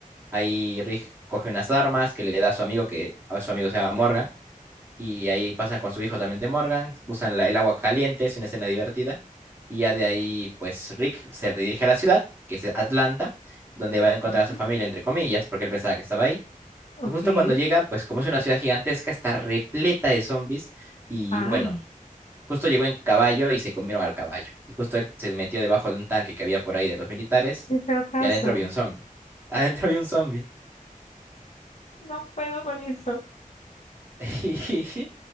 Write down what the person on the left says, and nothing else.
Ujú.
Okay.
Ay.
Qué peor caso.
No puedo con eso.